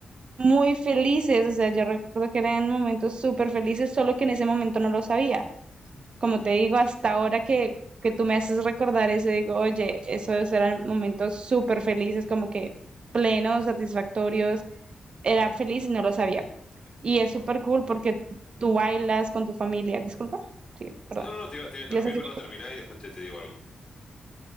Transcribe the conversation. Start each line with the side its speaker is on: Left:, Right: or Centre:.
Right: muy felices, o sea, yo recuerdo que eran momentos súper felices, solo que en ese momento no lo sabía como
Left: Ujú.
Right: te digo, hasta ahora que, que tú me haces recordar eso, digo, oye, esos eran momentos súper felices, como que plenos, satisfactorios, era feliz y no lo sabía. Y es súper
Left: Bueno,
Right: cool porque tú bailas con tu familia, disculpa, sí, perdón.
Left: no, no, no, te iba, te iba a interrumpir,
Right: Dios así.
Left: pero no terminá y después te, te digo algo.